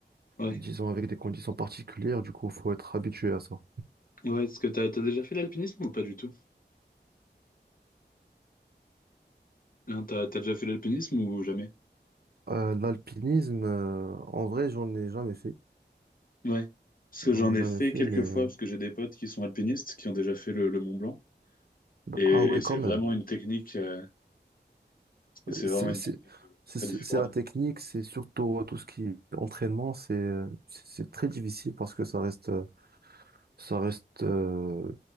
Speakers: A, on the left; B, on the right.
A: Ouais.
B: disons avec des conditions particulières, du coup, faut être habitué à ça.
A: Ouais. Est-ce que t'as t'as déjà fait l'alpinisme ou pas du tout? Hein, t'as t'as déjà fait l'alpinisme ou jamais?
B: Euh, l'alpinisme, euh, en vrai, j'en ai jamais fait.
A: Ouais. Parce que
B: J'en
A: j'en
B: ai
A: ai
B: jamais
A: fait
B: fait,
A: quelques
B: mais euh,
A: fois, parce que j'ai des potes qui sont alpinistes, qui ont déjà fait le, le Mont Blanc.
B: bah,
A: Et,
B: ah ouais,
A: et c'est
B: quand
A: vraiment
B: même.
A: une technique, euh, c'est
B: Ouais,
A: c'est
B: C'est,
A: vraiment une
B: c'est,
A: technique de-
B: c'est,
A: très
B: c'est-
A: différente.
B: c'est la technique, c'est surtout euh, tout ce qui est entraînement, c'est, euh, c'est c'est très difficile parce que ça reste. euh, Ça reste, euh,